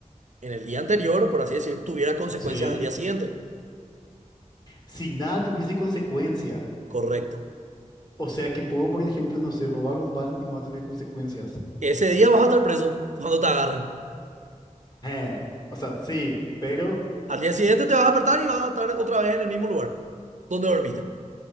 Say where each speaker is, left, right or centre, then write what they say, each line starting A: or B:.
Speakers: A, on the right (about 65°); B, on the left (about 30°).
A: en el día anterior, por así decir, tuviera consecuencias
B: Sí.
A: al día siguiente?
B: Si nada tuviese consecuencia.
A: Correcto.
B: O sea que puedo, por ejemplo, no sé, robar un banco y no va a tener consecuencias.
A: Ese día vas a estar preso cuando te agarren.
B: Eh, O sea, sí, pero...
A: Al día siguiente te vas a despertar y vas a estar otra vez en el mismo lugar donde dormiste,